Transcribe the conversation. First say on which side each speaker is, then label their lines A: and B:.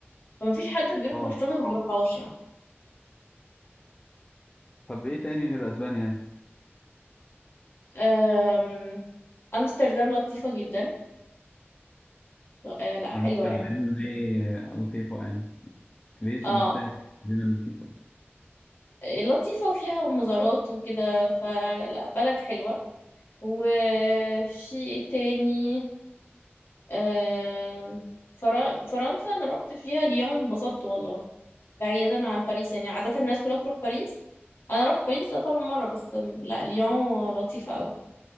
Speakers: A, on the left; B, on the left.
A: فما فيش حد بيروح
B: اه
A: برشلونة ما بيروحهاش يعني
B: طب ايه تاني غير اسبانيا
A: آم، امستردام لطيفة جدا آه، لا حلوة
B: امستردام
A: يعني
B: ليه لطيفة يعني ليه صنفتها
A: اه
B: كمدينة لطيفة
A: لطيفة وفيها مزارات وكده فلا بلد حلوة وفي إيه تاني آم، فرا- فرنسا أنا روحت فيها ليون انبسطت والله بعيدا عن باريس يعني عادة الناس كلها بتروح باريس أنا روحت باريس طبعا مرة بس لا ليون لطيفة أوي